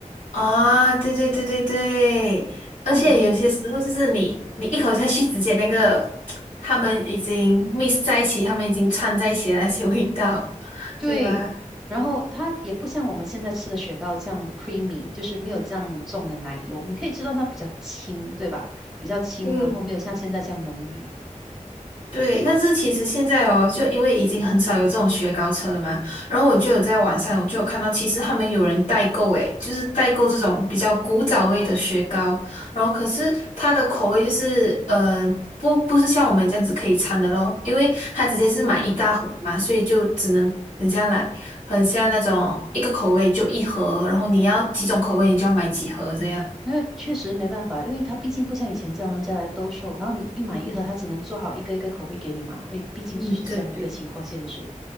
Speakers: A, on the left; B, in the centre.
A: 啊，对对对对对，而且有些时候就是你你一口下去，
B: 嗯，
A: 直接那个他们已经 mix 在一起，他们已经串在一起的那些味道，
B: 对，
A: 对吧？
B: 然后它也不像我们现在吃的雪糕这样 creamy，就是没有这样重的奶油，你可以知道它比较轻，对吧？比较轻，
A: 嗯。
B: 然后没有像现在这样浓郁。
A: 对，但是其实现在哦，就因为已经很少有这种雪糕车了嘛，然后我就有在网上，我就有看到，其实他们有人代购，诶，就是代购这种比较古早味的雪糕，然后可是它的口味就是，呃，不不是像我们这样子可以掺的咯，因为它直接是买一大盒嘛，
B: 嗯。
A: 所以就只能很像来，很像那种一个口味就一盒，然后你要几种口味，你就要买几盒这样。
B: 那确实没办法，因为他毕竟不像以前这样人家来兜售，然后你一买一盒，他只能做好一个一个口味给你嘛，毕毕竟就是这样的一个情况限制。
A: 嗯，对对